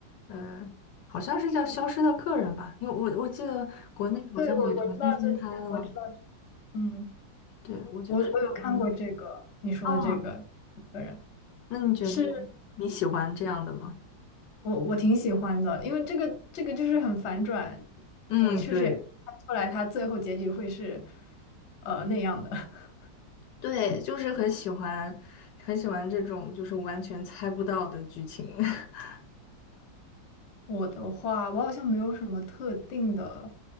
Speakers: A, on the left; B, on the left.
A: 呃，好像是叫《消失的客人》吧，因为我我记得国内好像也重新翻拍了。
B: 对，我我知道这，我知道这，嗯，
A: 对，我就是觉得，
B: 我我有看过这个你说的这个客人，
A: 啊，那你觉得
B: 是
A: 你喜欢这样的吗？
B: 我我挺喜欢的，因为这个这个就是很反转，
A: 嗯，
B: 我确实也没看出来他最后结局会是
A: 对，
B: 呃那样的。<laughs>
A: 对，就是很喜欢，很喜欢这种就是完全猜不到的剧情。<laughs>
B: 我的话，我好像没有什么特定的、